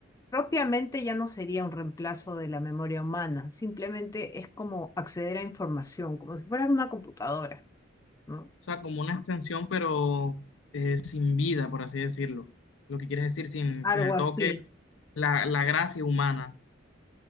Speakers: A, on the left (about 15°); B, on the left (about 65°).
A: propiamente ya no sería un reemplazo de la memoria humana, simplemente es como acceder a información, como si fueras una computadora, ¿no?
B: sea, como una extensión, pero eh, sin vida, por así decirlo. Lo que quiere decir, sin,
A: Algo
B: sin el
A: así.
B: toque, la, la gracia humana.